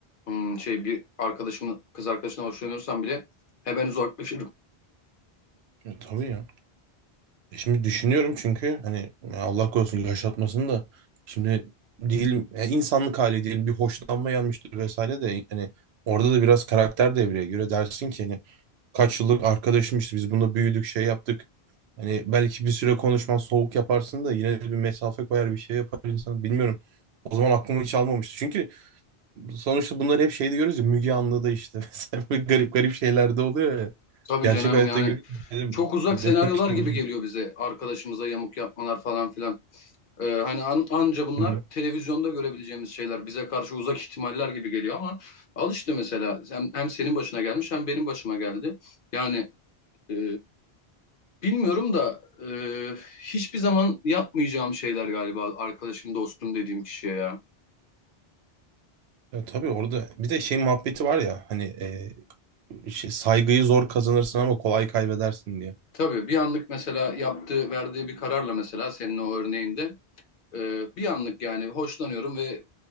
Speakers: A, on the left; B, on the right.
A: hmm, şey bir arkadaşımın kız arkadaşına hoşlanıyorsam bile hemen uzaklaşırım.
B: E, tabii ya. E, Şimdi düşünüyorum çünkü hani ya Allah korusun yaşatmasın da şimdi değil e, insanlık hali diyelim bir hoşlanma gelmiştir vesaire de hani orada da biraz karakter devreye göre dersin ki hani kaç yıllık arkadaşmışız biz bununla büyüdük şey yaptık. Hani belki bir süre konuşmaz soğuk yaparsın da yine de bir mesafe koyar bir şey yapar insan bilmiyorum. O zaman aklıma hiç almamıştı. Çünkü sonuçta bunları hep şeyde görüyoruz ya Müge Anlı'da işte <laughs> mesela böyle garip garip şeyler de oluyor ya.
A: Tabii
B: Gerçek
A: canım
B: hayatta
A: yani
B: görüyoruz dedim.
A: çok uzak
B: Demek
A: senaryolar
B: ki
A: gibi
B: bu.
A: geliyor bize arkadaşımıza yamuk yapmalar falan filan. E, hani an- anca bunlar
B: Hı hı.
A: televizyonda görebileceğimiz şeyler bize karşı uzak ihtimaller gibi geliyor ama al işte mesela hem, hem senin başına gelmiş hem benim başıma geldi. Yani e, Bilmiyorum da e, hiçbir zaman yapmayacağım şeyler galiba arkadaşım, dostum dediğim kişiye ya.
B: Ya tabii orada bir de şey muhabbeti var ya hani e, şey, saygıyı zor kazanırsın ama kolay kaybedersin diye.
A: Tabii bir anlık mesela yaptığı, verdiği bir kararla mesela senin o örneğinde e, bir anlık yani hoşlanıyorum ve